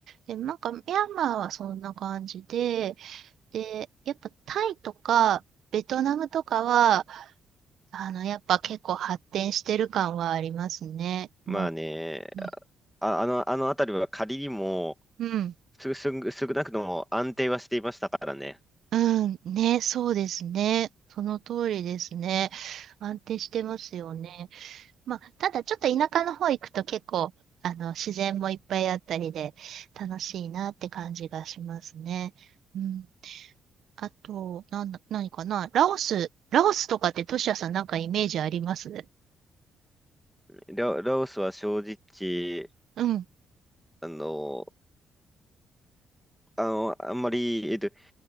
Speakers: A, on the right (about 70°); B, in the centre.
A: で、なんかミャンマーはそんな感じで、で、やっぱタイとかベトナムとかは、あの、やっぱ結構発展してる感はありますね。
B: まあね、
A: もう、うん、
B: あ、あの、あの辺りは仮にも、
A: うん、
B: す、す、少なくとも安定はしていましたからね。
A: うんね、そうですね。その通りですね。安定してますよね。まあ、ただちょっと田舎の方行くと結構、あの、自然もいっぱいあったりで楽しいなって感じがしますね。うんあと、なんだ、何かなラオス、ラオスとかってトシヤさんなんかイメージあります
B: ラ、ラオスは正直、
A: うん、
B: あの、あの、あんまり、えっと、